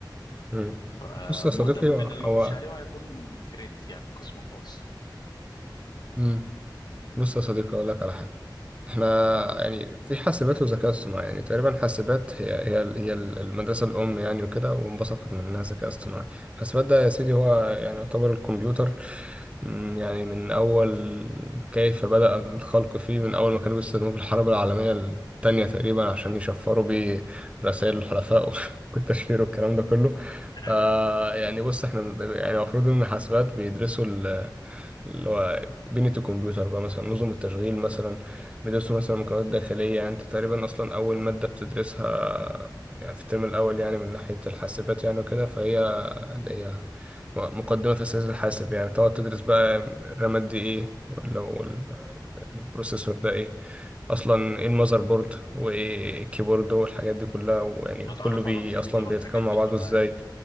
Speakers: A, on the right (about 15°); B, on the left (about 65°).
A: مم.
B: فده
A: بص يا صديقي
B: ممكن
A: هو
B: ان انا
A: هو-
B: اخش عليه وهيكون كريدت يعني قسم خاص
A: مم. بص يا صديقي اقول لك على حاجة احنا يعني في حاسبات وذكاء اصطناعي يعني تقريبا حاسبات هي هي ال- هي ال- المدرسة الأم يعني وكده وانبثقت منها ذكاء اصطناعي حاسبات ده يا سيدي
B: مهم.
A: هو يعني يعتبر الكمبيوتر مم، يعني من أول كيف بدأ الخلق فيه من أول ما كانوا بيستخدموه في الحرب العالمية التانية تقريبا عشان يشفروا بيه رسائل الحلفاء <laughs> والتشفير والكلام ده كله
B: <laughs> ايوه
A: آه يعني بص احنا يعني المفروض إن حاسبات بيدرسوا اللي هو بنية الكمبيوتر بقى مثلا نظم التشغيل مثلا بندرسه مثلا مكونات داخلية يعني انت تقريبا اصلا اول مادة بتدرسها يعني في الترم الاول يعني من ناحية الحاسبات يعني وكده فهي اللي هي مقدمة في أساس الحاسب يعني تقعد تدرس بقى الرامات دي ايه ولا وال- البروسيسور ده ايه اصلا
B: مهم.
A: ايه المذر بورد وايه الكيبورد والحاجات دي كلها ويعني
B: بتعرف
A: كله بي
B: على الكمبيوتر
A: اصلا
B: والحاجات
A: بيتكلم
B: دي
A: مع بعضه
B: كلها
A: ازاي
B: يعني